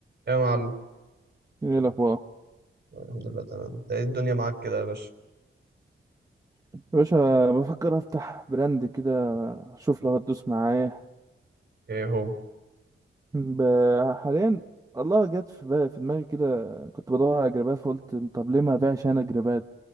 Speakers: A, on the right; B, on the right.
A: يا معلم
B: ايه الاخبار
A: الحمد لله تمام انت ايه الدنيا معاك كده يا باشا
B: يا باشا بفكر افتح براند كده اشوف لو هتدوس معايا
A: ايه هو
B: ب- حاليا الله جت في بالي- في دماغي كده كنت بدور على جرابات فقلت طب ليه ما ابيعش انا جرابات